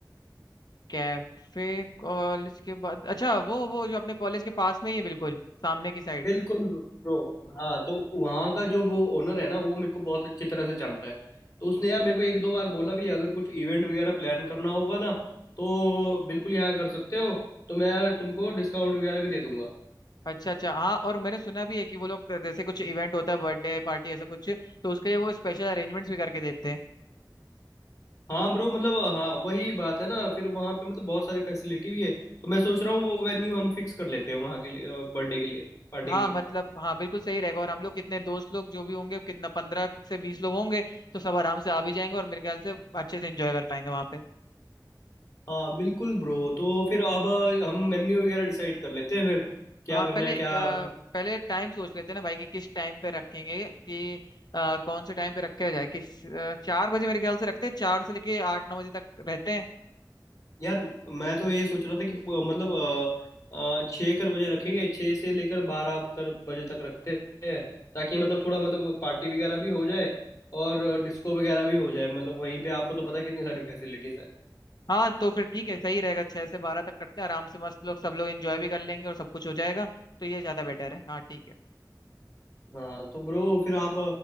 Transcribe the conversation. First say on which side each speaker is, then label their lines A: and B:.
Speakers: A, on the left (about 65°); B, on the left (about 45°).
A: कैफे कॉलेज के बाद अच्छा वो वो जो अपने कॉलेज के पास में ही है बिल्कुल सामने की साइड
B: बिल्कुल ब्रो हाँ तो वहाँ का जो वो ओनर है ना वो मेरे को बहुत अच्छी तरह से जानता है तो उसने यार मेरे को एक दो बार बोला भी अगर कुछ इवेंट वगैरह प्लान करना होगा ना तो बिल्कुल यहाँ कर सकते हो तो मैं तुमको डिस्काउंट वगैरह भी दे दूंगा
A: अच्छा अच्छा हाँ और मैंने सुना भी है कि वो लोग जैसे कुछ इवेंट होता है बर्थडे पार्टी ऐसा कुछ तो उसके लिए वो स्पेशल अरेंजमेंट्स भी करके देते हैं
B: हाँ ब्रो मतलब हाँ वही बात है ना फिर वहाँ पे मतलब बहुत सारी फैसिलिटी भी है तो मैं सोच रहा हूँ वो वेन्यू हम फिक्स कर लेते हैं वहाँ के लिए बर्थडे के लिए पार्टी
A: हाँ
B: के लिए
A: मतलब हाँ बिल्कुल सही रहेगा और हम लोग कितने दोस्त लोग जो भी होंगे कितना पंद्रह से बीस लोग होंगे तो सब आराम से आ भी जाएंगे और मेरे ख्याल से अच्छे से एंजॉय कर पाएंगे वहां पे
B: हाँ बिल्कुल ब्रो तो फिर अब हम मेन्यू वगैरह डिसाइड कर लेते हैं फिर क्या
A: हाँ
B: करना
A: पहले
B: है क्या
A: अ,
B: मतलब
A: पहले टाइम सोच लेते हैं ना भाई कि किस टाइम पे रखेंगे कि अ, कौन से टाइम पे रखा जाए किस अ, चार बजे मेरे ख्याल से रखते हैं चार से लेके आठ नौ बजे तक रहते हैं
B: यार मैं तो ये सोच रहा था कि प- मतलब अ, अ, छः कर बजे रखेंगे छः से लेकर बारह कर बजे तक रखते हैं ताकि मतलब थोड़ा मतलब पार्टी वगैरह भी हो जाए और डिस्को वगैरह भी हो जाए मतलब वहीं पे आपको तो पता है कितनी सारी फैसिलिटीज़ है
A: हाँ तो फिर ठीक है सही रहेगा छह से बारह तक करते हैं आराम से मस्त लोग सब लोग एंजॉय भी कर लेंगे और सब कुछ हो जाएगा तो ये ज्यादा बेटर है हाँ ठीक है
B: हाँ तो ब्रो फिर आप